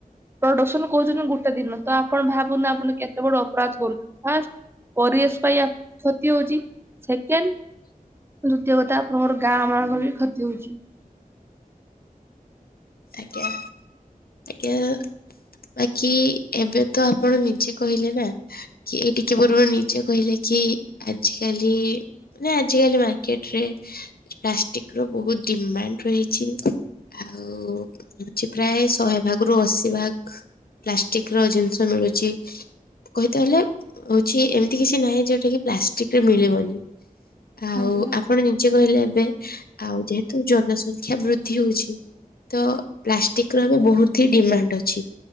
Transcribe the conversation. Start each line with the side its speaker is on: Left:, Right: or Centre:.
Right: ପ୍ରଡକ୍ସନ କହୁଛନ୍ତି ଗୋଟେ ଦିନ ତ ଆପଣ ଭାବୁନ ଆପଣ କେତେ ବଡ ଅପରାଧ କରୁ ଫାର୍ଷ୍ଟ ପରିବେଶ ପାଇଁ କ୍ଷତି ହଉଛି ସେକେଣ୍ଡ ଦ୍ୱଇତୀୟ କଥା ଆପଣଙ୍କର ଗାଁ ମାନଙ୍କ ବି କ୍ଷତି ହଉଛି।
Left: ଆଜ୍ଞା। କେ-ଏ ବାକି ଏବେ ତ ଆପଣ ନିଜେ କହିଲେ ନା କି ଏଇ ଟିକେ ପୂର୍ବର୍ ନିଜେ କହିଲେ କି ଆଜିକାଲି ମାନେ ଆଜିକାଲି ମାର୍କେଟରେ ପ୍ଲାଷ୍ଟିକ ର ବହୁତ ଡିମାଣ୍ଡ ରହିଛି। ଆଉ ହଉଛି ପ୍ରାୟ ଶହେ ଭାଗରୁୁ ଅଶୀ ଭାଗ ପ୍ଲାଷ୍ଟିକ ର ଜିନିଷ ମିଳୁଚି କହିତେ ହେଲେ ହଉଚି ଏମିତି କିଛି ନାହିଁ ଜୋଉଟା କିି ପ୍ଲାଷ୍ଟିକରେ ମିଳିବନି। ଆଉ
Right: ଆଜ୍ଞା
Left: ଆପଣ ନିଜେ କହିଲେ ଏବେ ଆଉ ଯେହେତୁ ଜନସଂଖ୍ୟା ବୃଦ୍ଧି ହଉଛି ତ ପ୍ଲାଷ୍ଟିକ ର ଏବେ ବହୁତ ହି ଡିମାଣ୍ଡ ଅଛି।